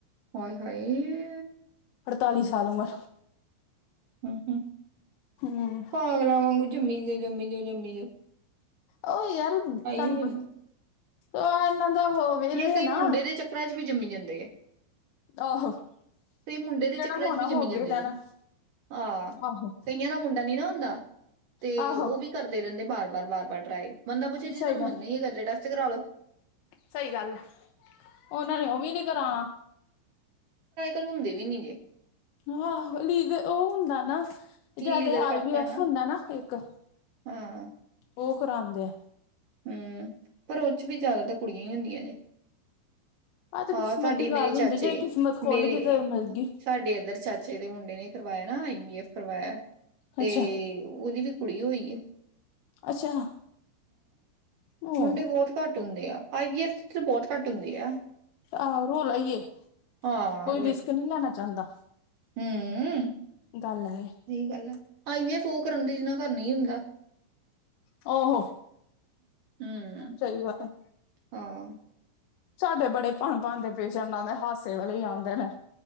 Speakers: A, on the right; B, on the left.
A: ਓਅੇ ਹਇਹ।
B: ਅੜਤਾਲੀ ਸਾਲ ਉਮਰ।
A: ਹਮ-ਹਮ,
B: ਹੂੰ
A: ਪਾਗਲਾ ਵਾਂਗੂ ਜੰਮੀ ਜੋ ਜੰਮੀ ਜੋ ਜੰਮੀ ਜੋ।
B: ਓ ਯਾਰ ਤਨਪ,
A: ਹੋ ਜਾਂਦਾ
B: ਆ ਇਨਾ ਦਾ- ਵਿਹਲੇ
A: ਜਾਂ ਕਈ
B: ਨਾ
A: ਮੁੰਡੇ ਦੇ ਚੱਕਰਾਂ ਚ ਵੀ ਜੰਮੀ ਜਾਂਦੇ ਹੈ।
B: ਆਹੋ।
A: ਕਈ ਮੁੰਡੇ
B: ਜਿਹੜਾ
A: ਦੇ ਚੱਕਰਾਂ
B: ਹੋਣਾ
A: ਚ ਵੀ ਜੰਮੀ
B: ਹੋ
A: ਜਾਂਦੇ
B: ਗਿਆ ਰਹਿਣਾ
A: ਜੇ ਆਹ ਕਈਆਂ
B: ਆਹੋ
A: ਦਾ ਮੁੰਡੇ। ਡਾ ਨ ਨਾ ਹੁੰਦਾ ਤੇ
B: ਆਹੋ
A: ਉਹ ਵੀ ਕਰਦੇ ਰਹਿੰਦੇ ਬਾਰ ਬਾਰ ਬਾਰ ਬਾਰ ਟਰਾਏ। ਮੰੰਦਾ ਪੁੱਛੇ ਜੀ
B: ਸਹੀ
A: ਤੁਹਾਨੂੰ
B: ਗੱਲ
A: ਮੰਨੇ ਕਰ ਰਿ ਟੈਸਟ ਕਰਾਾਲੋ।
B: ਸਹੀ ਗੱਲ ਉਹਨਾਂ ਨੇ ਉਹ ਵੀ ਨੀ ਕਰਾਉਣਾ।
A: ਲ ਹੁੰਦੇ ਵੀ ਨੀ ਜੇ।
B: ਆਹੋ ਲੀਗ ਉਹ ਹੁੰਦਾ ਨਾ ਜਿਆਦੇ
A: ਇਲੀਗਲ
B: ਆਈ
A: ਕਰਤਾ
B: ਬੀ ਐਫ ਹੁੰਦਾ ਨਾ ਇੱਕ।
A: ਹਾਂ
B: ਉਹ ਕਰਉਂਦੇ ਆ।
A: ਹਮ ਪਰ ਉਹ ਚ ਵੀ ਜਿਆਦਾ ਤਾਂ ਕੁੜੀਆਂ ਹੀ ਹੁੰਦੀਆਂ ਜੇ।
B: ਆਹ ਤੇ
A: ਹਾਂ
B: ਕਿਸਮਤ
A: ਤੁਡੀ
B: ਦੀ
A: ਮੇਰੇ
B: ਗੱਲ
A: ਚਾਚੇ
B: ਹੁੰਦੀ ਜਿਹੜੀ ਕਿਸਮਤ ਖੁੱਲ
A: ਮੇਰੇ।
B: ਗਈ ਤੇ ਮਿਲ ਗਈ
A: ਸਾਡੇ ਇੱਧਰ ਚਾਚੇ ਦੇ ਮੁੰਡੇ ਨੇ ਕਰਵਾਇਆ ਨਾ ਆਈ ਬੀ ਐਫ ਕਰਵਾਇਆ ਤੇ
B: ਅੱਛਾ
A: ਉਹਦੀ ਵੀ ਕੁੜੀ ਹੋਈ ਹੈ।
B: ਅੱਛਾ ਉਹ।
A: ਮੁੰਡੇ ਬਹੁਤ ਘੱਟ ਹੁੰਦੇ ਆ ਆਈ ਵੀ ਐਫ 'ਚ ਬਹੁਤ ਘੱਟ ਹੁੰਦੇ ਆ।
B: ਆਹੋ ਰੋ ਲਾ ਈਏ,
A: ਹਾਂ
B: ਕੋਈ ਰਿਸਕ ਨਹੀਂ ਲੈਣਾ ਚਾਹੁੰਦਾ।
A: ਹਮ
B: ਗੱਲ ਹੈ।
A: ਸਹੀ ਗੱਲ ਆ ਹਲੇ ਵੀ ਫੁਕ ਕਰਨਦੇ ਜਿਨਾ ਦੇ ਘਰ ਨਹੀਂ ਹੁੰਦਾ।
B: ਓਹੋ।
A: ਹਮ,
B: ਸਹੀ ਗੱਲ
A: ਹਾਂ।
B: ਸਾਡੇ ਬੜੇ ਭਣ-ਭਣ ਦੇ ਪੇਸ਼ੈਂਟ ਆਉਂਦੇ ਹਾਸੇ ਵਾਲੇ ਹੀ ਆਉਂਦੇ ਨੇ।